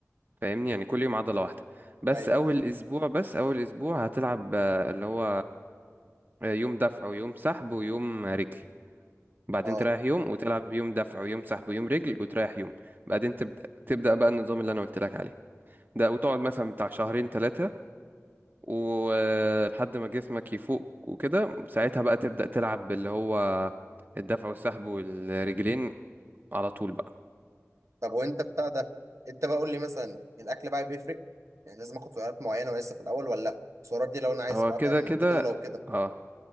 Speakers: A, on the right; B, on the right.
A: فاهمني يعني كل يوم عضلة واحدة بس
B: ايوه
A: أول
B: ايوه
A: أسبوع بس أول أسبوع هتلعب آه اللي هو آه يوم دفع ويوم سحب ويوم رجل بعدين
B: اه
A: تريح يوم وتلعب يوم دفع ويوم سحب ويوم رجل وتريح يوم بعدين تبدأ تبدأ بقى النظام اللي أنا قلت لك عليه ده وتقعد مثلا بتاع شهرين ثلاثة ولحد ما جسمك يفوق وكده ساعتها بقى تبدأ تلعب باللي هو الدفع والسحب والرجلين على طول بقى
B: طب وانت بتاع ده انت بقى قول لي مثلا الاكل بقى بيفرق يعني لازم اخد سعرات معينه ولسه في الاول ولا لا السعرات دي لو انا عايز
A: هو
B: بقى
A: كده
B: فاهم
A: كده
B: بطوله وكده
A: اه